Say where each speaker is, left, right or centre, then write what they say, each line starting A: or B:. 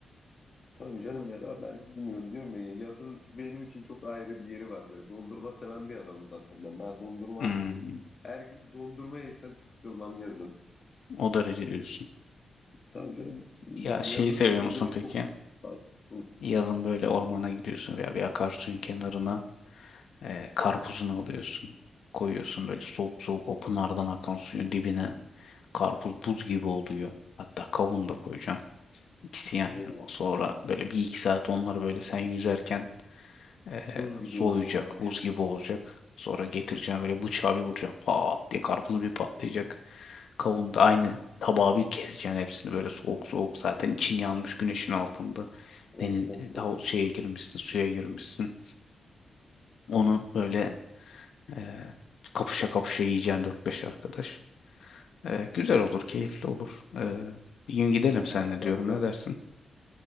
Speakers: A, on the left; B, on the left.
A: Tabii canım ya ben ben bilmiyorum diyorum ya yazın benim için çok ayrı bir yeri var böyle dondurma seven bir adamım zaten ben. Ben dondurma
B: Hmm.
A: aşığım. Her gün dondurma yesem sıkılmam yazın.
B: O derece diyorsun.
A: Tabii canım yani
B: Ya şeyi
A: yazın
B: seviyor
A: şeyleri
B: musun peki?
A: çok fazla. Hı.
B: Yazın böyle ormana gidiyorsun veya bir akarsuyun kenarına e, karpuzunu alıyorsun. Koyuyorsun böyle soğuk soğuk o pınardan akan suyun dibine. Karpuz buz gibi oluyor. Hatta kavun da koyacaksın. İkisi yan
A: Oo,
B: yana. Sonra böyle bir iki saat onları böyle sen yüzerken e,
A: Buz gibi
B: soğuyacak.
A: oluyor onlar.
B: Buz gibi olacak. Sonra getireceğim böyle bıçağı bir vuracağım. Pat diye karpuz bir patlayacak. Kavun da aynı tabağı bir keseceksin hepsini böyle soğuk soğuk. Zaten için yanmış güneşin altında. Deniz
A: Of of
B: e, hav-
A: of.
B: şeye girmişsin, suya girmişsin. Onu böyle e, kapışa kapışa yiyeceksin 4-5 arkadaş. E, güzel olur, keyifli olur. E, bir gün gidelim
A: Vallahi
B: seninle
A: kanka
B: diyorum. Ne dersin?